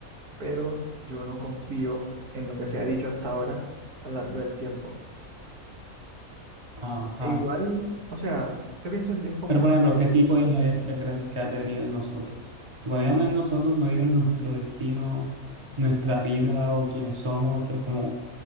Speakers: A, on the right; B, on the right.
A: pero yo no confío en lo que se ha dicho hasta ahora a lo largo del tiempo.
B: Ajá.
A: E igual, o sea, yo pienso en Dios como,
B: Pero, por ejemplo, ¿qué tipo de injerencia crees que ha tenido en nosotros? Bueno, yo no en nosotros, no digo en nuestro destino, nuestra vida o quiénes somos o, que, o como,